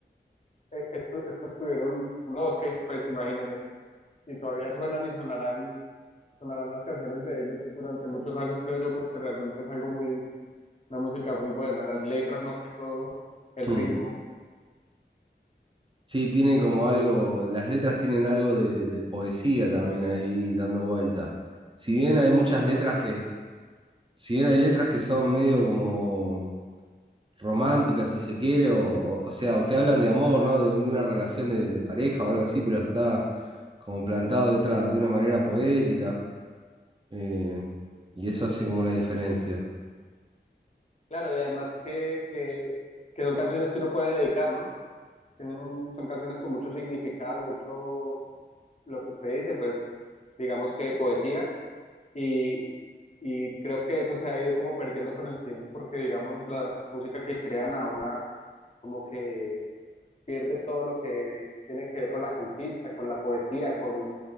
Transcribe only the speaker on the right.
mm.
Sí, tiene como algo, las letras tienen algo de, de poesía también ahí dando vueltas. Si bien hay muchas
letras que, si bien hay letras que son medio como románticas, si se quiere, o, o- o sea, o que hablan de amor, ¿no? De, un- de una relación de, de pareja o algo así, pero está como plantado de otra, de una manera poética, eh, y eso hace como una diferencia.